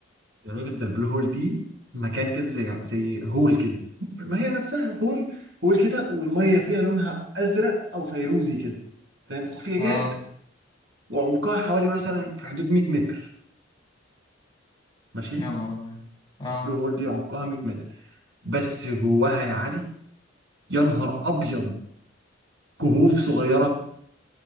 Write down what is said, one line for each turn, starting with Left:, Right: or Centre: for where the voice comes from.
Right: يا راجل ده البلو هول دي مكان كده زي زي هول كده ما هي نفسها هول هول كده والميه فيها لونها ازرق او فيروزي كده فاهم صافيه جدا
Left: اه
Right: وعمقها حوالي مثلا في حدود 100 متر ماشي
Left: يا نهار ابيض اه
Right: البلو هول دي عمقها 100 متر بس جواها يا علي يا نهار ابيض كهوف صغيره